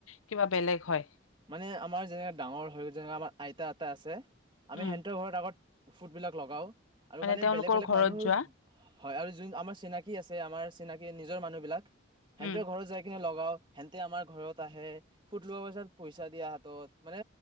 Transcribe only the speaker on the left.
কিবা বেলেগ হয়
উম,
তেওঁলোকৰ
ঘৰত
যোৱা
উম,